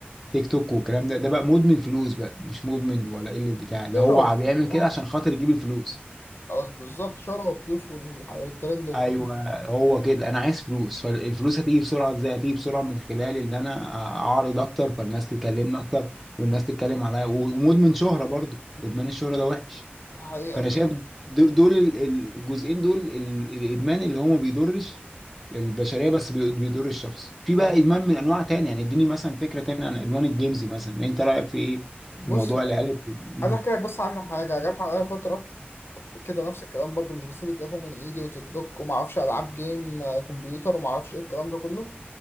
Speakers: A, in the centre; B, on the left (about 75°).
A: تيك توك والكلام ده ده بقى مدمن فلوس بقى مش مدمن ولا قله بتاع اللي
B: شهرة
A: هو
B: ولا شهرة؟
A: بيعمل كده عشان خاطر يجيب الفلوس
B: اه بالظبط شهرة وفلوس والح- والترند والكلام
A: ايوه
B: ده
A: هو كده انا عايز فلوس فالفلوس هتيجي بسرعه ازاي هتيجي بسرعه من خلال ان انا اعرض اكتر فالناس تكلمني اكتر والناس تتكلم عليا ومدمن شهره برضو ادمان الشهره ده وحش
B: ده حقيقة
A: فانا شايف دو- دول ال- ال- الجزئين دول ال- الادمان اللي هو ما بيضرش البشريه بس بي- بيضر الشخص في بقى
B: أنا
A: ادمان من انواع تانية يعني اديني مثلا فكره تانية عن ادمان الجيمز مثلا انت رايك في ايه
B: بص
A: في موضوع العيال بت- مم.
B: عايز أحكي لك بس عن حاجة جت عليا فترة كده نفس الكلام برضو مش بسيب التليفون من إيدي وتيك توك وما أعرفش ألعاب جيم آه، كمبيوتر وما أعرفش إيه الكلام ده كله